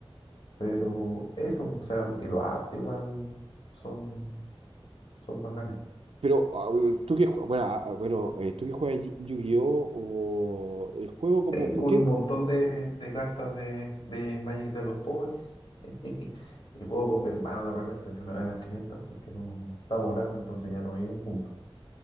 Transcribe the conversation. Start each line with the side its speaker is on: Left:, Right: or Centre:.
Left: Pero eso, o sea, y los arte igual son, son bacanes.
Right: Pero ah, u- tú que jue- bueno, ah, ah, bueno, eh, tú que juegas Yi- Yu-Gi-Oh o el juego como
Left: Tengo
Right: ¿por qué?
Left: un montón de, de cartas de, de Magic de los pobres. <laughs> Y juego con mi hermano de repente, hace una vez a las 500, porque no estamos grandes, entonces ya no vivimos juntos.